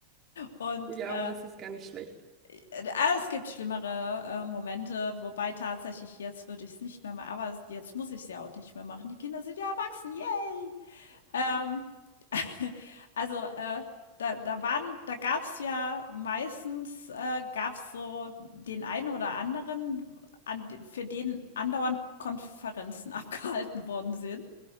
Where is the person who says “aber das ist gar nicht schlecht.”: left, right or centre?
Right